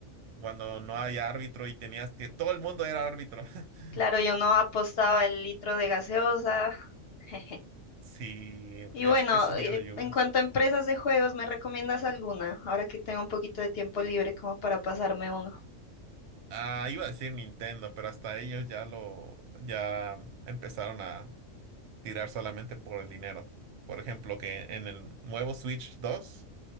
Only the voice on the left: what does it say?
Claro, yo no apostaba el litro de gaseosa. <laughs>
Y
bueno,
eh,
en cuanto a empresas de juegos, ¿me recomiendas alguna? Ahora que tengo un poquito de tiempo libre como para pasarme uno.